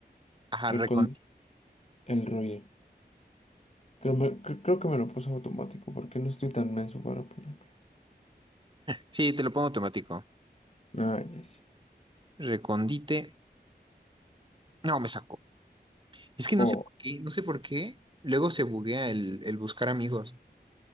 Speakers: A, on the right; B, on the left.
A: Ajá,
B: Recon
A: recondite.
B: el Roger. Creo, me- cre- creo que me lo puso automático porque no estoy tan menso para ponerlo.
A: Sí, te lo pongo automático.
B: Ah, ya, ya.
A: Recondite. No, me sacó. Es que no
B: Oh,
A: sé por qué, no sé por qué. Luego se buguea el, el buscar amigos.